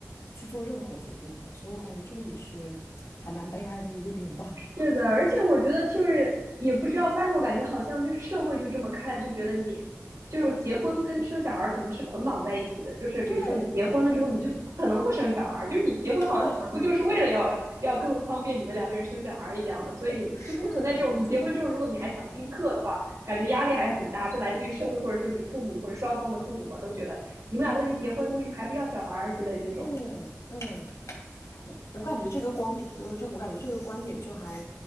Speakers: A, on the left; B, on the right.
A: 去做任何决定的，所以我感觉这个也是还蛮悲哀的一个点吧。<laughs>
B: 是的，而且我觉得就是也不知道，反正我感觉好像就是社会就这么看，就觉得你就是结婚跟生小孩儿可能是捆绑在一起的，就是比如说你结婚了之后，
A: 对，嗯，
B: 你就不可能不生小孩儿，就是你结婚好像似乎就是为了要要更方便你们两个人生小孩儿一样的，
A: 对，
B: 所以就不存在这种你结婚之后，
A: 是，我觉得，
B: 如果你还想丁克的话，感觉压力还是很大，就来自于社会或者说你父母或者双方的父母啊，都觉得你们俩都已经结婚了，为什么还不要小孩儿之类这种。
A: 嗯嗯，我感觉这个观点，呃，就我感觉这个观点就还